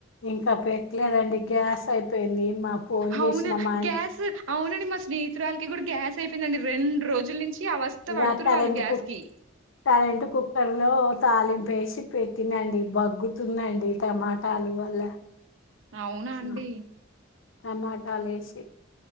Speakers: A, on the left; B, on the right.
A: ఇంకా పెట్టలేదండి గ్యాస్ అయి యిపోయింది మా ఫోన్
B: అవునా
A: చేసినమ్మా అని
B: గ్యాస్ అవునండి మా స్నేహితురాలకి కూడా గ్యాస్ అయిపోయిందండి రెండు రోజుల నుంచి అవస్థ
A: ఇ
B: పడుతురు
A: కరెట్
B: వాళ్ళు గ్యాస్
A: కుక్
B: కి
A: కరెట్ కుక్కర్ లో తాలింపేసి పెట్టినండి బగ్గుతుందండి టమాటాలు వల్ల
B: అవునా అండి
A: ఆ, టమాటాలు వేసి